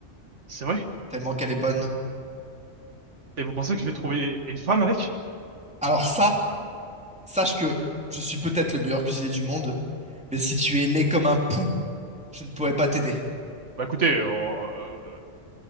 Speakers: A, on the right; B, in the centre.
A: c'est vrai?
B: tellement qu'elle est bonne.
A: Et vous pensez que je vais trouver une femme avec?
B: Alors ça. Sache que je suis peut-être le meilleur cuisinier du monde, mais si tu es laid comme un pou, je ne pourrai pas t'aider.
A: Bah écoutez, euh, euh,